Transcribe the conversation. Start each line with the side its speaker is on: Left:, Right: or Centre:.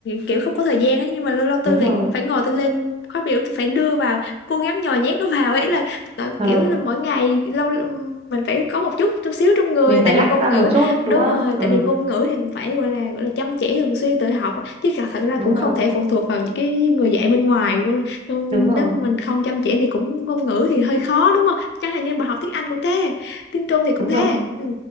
Left: kiểu không có thời gian ấy nhưng mà lâu lâu
Right: đúng
Left: tôi phải
Right: rồi
Left: phải ngồi tôi lên khóa biểu tôi phải đưa vào cố gắng nhồi nhét nó vào ấy là tận-
Right: Ờ,
Left: kiểu là mỗi ngày lâu mình phải có một chút chút xíu trong người
Right: mình
Left: tại
Right: phải lách
Left: vì ngôn
Right: ra
Left: ngữ
Right: một chút
Left: đúng
Right: đúng không
Left: rồi
Right: ừ
Left: tại vì ngôn ngữ thì mình phải gọi là gọi là chăm chỉ thường xuyên tự học chứ thật thật ra
Right: đúng
Left: cũng không
Right: rồi
Left: thể phụ thuộc vào những cái người dạy bên ngoài Ừ,
Right: đúng rồi
Left: nếu mà mình không chăm chỉ thì cũng ngôn ngữ thì hơi khó đúng không chẳng hạn như mà học tiếng Anh cũng thế tiếng Trung thì cũng
Right: đúng
Left: thế
Right: rồi
Left: ừ,